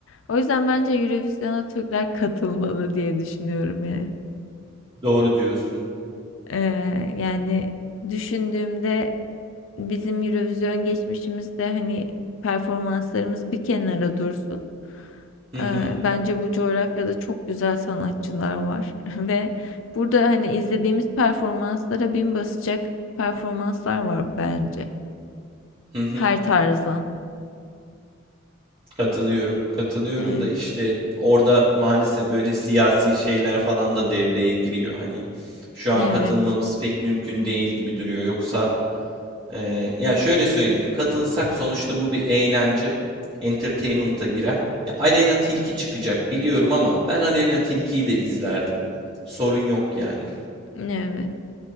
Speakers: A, on the left; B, on the right.
A: O yüzden bence Eurovision'a Türkler katılmalı diye düşünüyorum yani.
B: Doğru diyorsun.
A: Eee, yani düşündüğümde bizim Eurovision geçmişimizde hani performanslarımız bir kenara dursun.
B: Hı hı
A: Eee, bence bu coğrafyada çok güzel sanatçılar var <laughs> ve burada hani izlediğimiz performanslara bin basacak performanslar var bence.
B: hı hı.
A: Her tarzdan.
B: Katılıyorum. Katılıyorum
A: Evet,
B: da işte orada maalesef böyle siyasi şeyler falan da devreye giriyor. Hani şu an
A: evet,
B: katılmamız pek mümkün değil gibi duruyor. Yoksa Ee, ya şöyle söyleyeyim. Katılsak sonuçta bu bir eğlence. Entertainment'a girer. Ya Aleyna Tilki çıkacak biliyorum ama ben Aleyna Tilki'yi de izlerdim. Sorun yok yani.
A: evet.